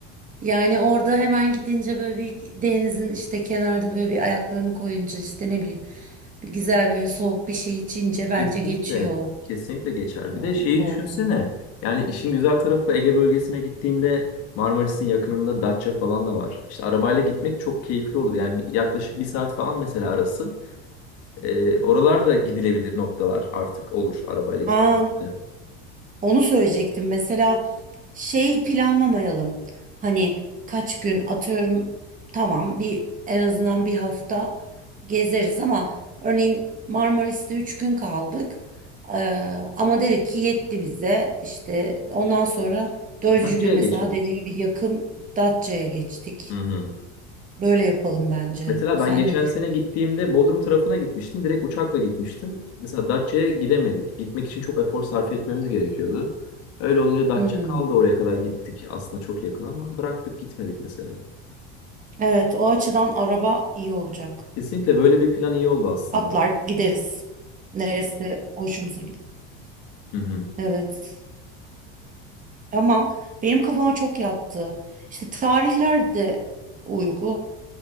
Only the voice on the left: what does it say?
Kesinlikle.
Kesinlikle geçer. Bir
de şeyi
düşünsene. Yani işin güzel tarafı Ege bölgesine gittiğinde Marmaris'in yakınında Datça falan da var. İşte arabayla gitmek çok keyifli olur. Yani bir- yaklaşık bir saat falan mesela arası. Ee, oralar da gidilebilir noktalar artık olur arabayla gittiğimizde.
Datça'ya
geçeriz.
Hı hı.
Mesela
ben geçen
sene gittiğimde Bodrum tarafına gitmiştim. Direkt uçakla gitmiştim. Mesela Datça'ya gidemedik. Gitmek için çok efor sarf etmemiz gerekiyordu. Öyle olunca Datça
kaldı oraya kadar gittik. Aslında çok yakın ama bıraktık gitmedik mesela.
Kesinlikle böyle bir plan iyi oldu aslında.
Hı hı.